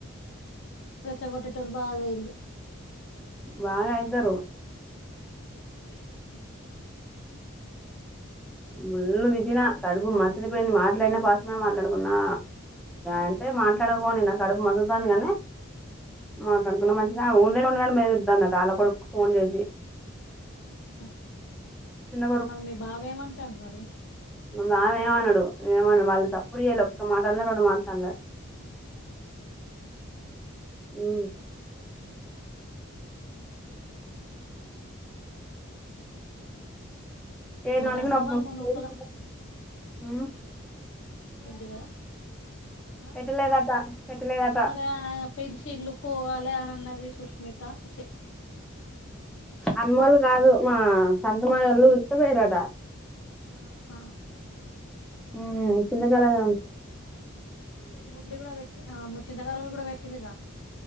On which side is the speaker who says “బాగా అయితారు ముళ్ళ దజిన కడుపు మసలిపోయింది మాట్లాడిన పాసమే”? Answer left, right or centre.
Centre